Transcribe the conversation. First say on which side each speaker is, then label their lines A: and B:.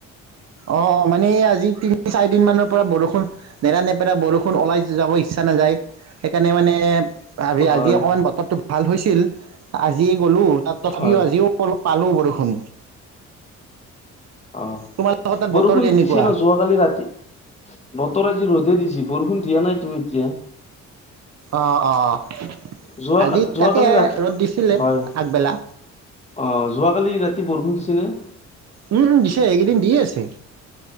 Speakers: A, on the right (about 60°); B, on the left (about 20°).
A: অ', মানে আজি তিনি চাৰিদিন মানৰ পৰা বৰষুণ নেৰা নেপেৰা বৰষুণ ওলাই যাব ইচ্ছা নাযায় সেইকাৰণে মানে আজি,
B: হয়
A: আজি অকমান বতৰটো ভাল হৈছিল আজি গ'লো তাত তথাপিও
B: হয়
A: আজিও অলপ পালো বৰষুণ।
B: অ',
A: তোমালোকৰ তাত
B: বৰষুণ
A: বতৰ কেনেকুৱা?
B: দিছে ন যোৱাকালি ৰাতি বতৰ আজি ৰ'দে দিছ বৰষুণ দিয়া নাইতো এতিয়া।
A: অ', অ',
B: যোৱা
A: আজি
B: যোৱাকালি
A: তাকে
B: ৰাতি
A: ৰ'দ দিছিলে
B: হয়
A: আগবেলা।
B: অ', যোৱাকালি ৰাতি বৰষুণ দিছেনে?
A: উম, উম দিছে এইকেইদিন দিয়ে আছে।